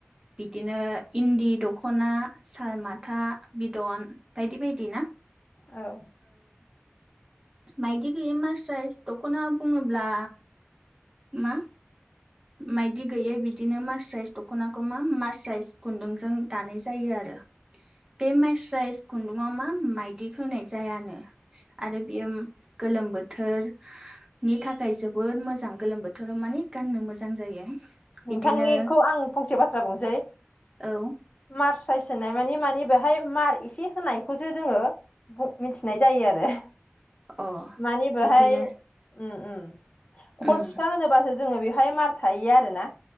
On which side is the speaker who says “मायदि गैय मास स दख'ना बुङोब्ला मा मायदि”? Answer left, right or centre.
Right